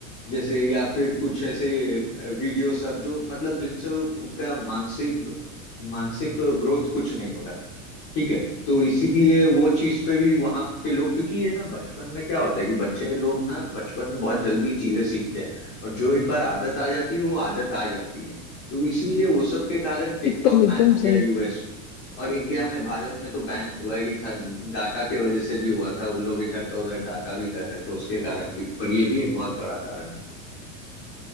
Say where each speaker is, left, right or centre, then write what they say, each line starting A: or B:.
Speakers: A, on the left (about 35°); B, on the left (about 60°).
A: जैसे या फिर कुछ ऐसे वीडियो सब जो मतलब जिनसे उनका मानसिक मानसिक ग्रोथ कुछ नहीं हो रहा है ठीक है तो इसीलिए वो चीज पे भी वहां के लोग क्योंकि ये ना बचपन में क्या होता है कि बच्चे लोग ना बचपन में बहुत जल्दी चीजें सीखते हैं और जो एक बार आदत आ जाती है वो आदत आ जाती है तो इसीलिए वो सब के कारण टिकटॉक
B: एकदम एकदम
A: बैन हो गया
B: सही
A: यूएस में और इंडिया में भारत में तो बैन हुआ ही था डाटा के वजह से भी हुआ था उन लोग इधर का उधर डाटा भी कर रहे थे उसके कारण भी पर ये भी एक बहुत बड़ा कारण था